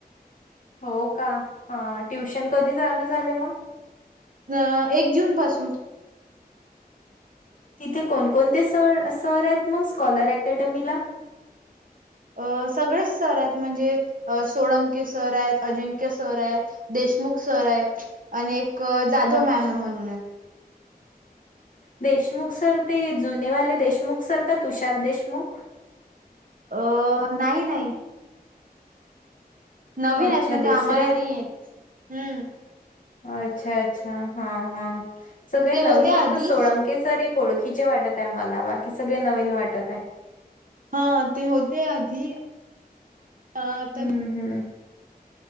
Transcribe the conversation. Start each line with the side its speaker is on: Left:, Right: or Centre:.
Left: हो का ट्युशन कधी चालू झाले मग
Right: अ एक जून पासून
Left: तिथे कोणकोणते सर सर आहेत मग स्कॉलर अकॅडमीला
Right: अ सगळेच सर आहेत म्हणजे सोळंके सर आहेत अजिंक्य सर आहेत देश देशमुख सर आहेत अनेक जाधव
Left: अच्छा
Right: मॅम म्हणून
Left: देशमुख सर ते जुनेवाले देशमुख सर का तुषार देशमुख
Right: अ नाही नाही नवीन
Left: अच्छा
Right: आहेत म्हणजे
Left: दुसरे
Right: आम्हाला नाही आहेत हम्म
Left: अच्छा अच्छा हा हा सगळे
Right: ते
Left: नवीन
Right: होते
Left: फक्त
Right: आधी
Left: सोळंके सर एक ओळखीचे वाटत मला बाकी सगळे नवीन वाटत आहे
Right: हा ते होते आधी अ, आता
Left: हम्म हम्